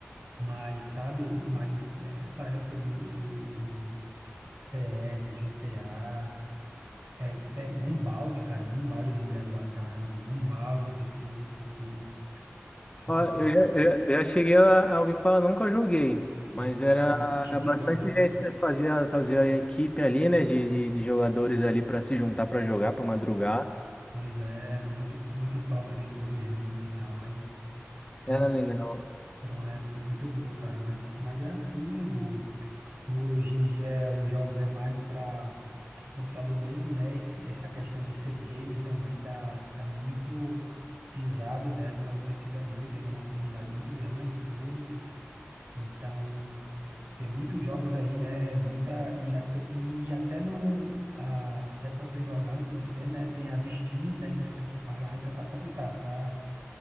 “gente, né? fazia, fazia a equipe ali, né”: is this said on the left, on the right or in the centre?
Left